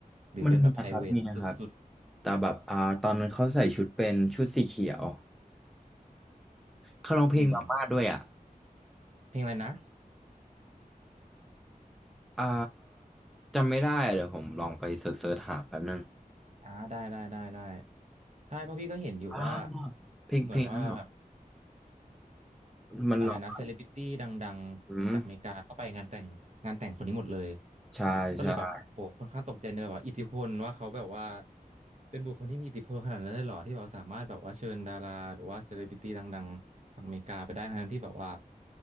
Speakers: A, on the right; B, in the centre.
A: หรือเป็นแบบ
B: มันมีนะครับมีนะครับ
A: p r i v a t สุด
B: แต่แบบอ่าตอนนั้นเขาใส่ชุดเป็นชุดสีเขียวเขาร้องเพลงมาม่าด้วยอ่ะ
A: ๆอืมเพลงอะไรนะ
B: อ่าจำไม่ได้เดี๋ยวผมลองไปเสิร์ชหาแป๊บนึง
A: อ่าได้ได้ได้ได้ใช่เพราะพี่ก็เห็นอยู่ว่า
B: อ้าวเพลงเพลงนั้นเหรอ
A: เหมือนว่าแบบ
B: มันร้องแบบ
A: อะไรนะเซเลบริตี้ดังๆจากอเมริกาก็ไปงานแต่งงานแต่งคนนี้หมดเลย
B: อืมใช่ใช่
A: ก็เลยแบบโหค่อนข้างตกใจเลยว่าอิทธิพลว่าเขาแบบว่าเป็นบุคคลที่มีอิทธิพลขนาดนั้นเลยเหรอที่แบบสามารถแบบว่าเชิญดาราหรือว่าเซเลบริตี้ดังๆจากอเมริกาไปได้ทั้งที่แบบว่า